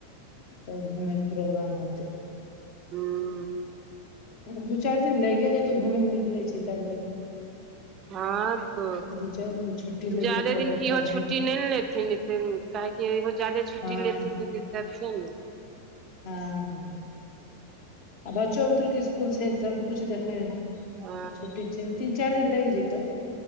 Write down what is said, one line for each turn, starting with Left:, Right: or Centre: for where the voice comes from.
Left: तब घुमयके प्रोग्राम होतै
Right: हम्म
Left: दू चारि दिन लागिये जेतौ घूमेय ले निकलै छै तऽ आदमी
Right: हँ तो
Left: दू चारि दिन छुट्टी लैये
Right: ज्यादे
Left: पड़तौ
Right: दिन के इहो
Left: तब घूम
Right: छुट्टी नहि ने लेथिन नै तन काहेकि इहो जायदे छुट्टी
Left: हँ
Right: लेथिन तऽ दिक्कत छै ने
Left: हँ आ बच्चो बुतरुके इसकुल छै सबकुछ देखै
Right: हँ
Left: तऽ छुट्टी छनि तीन चार दिन लागि जेतौ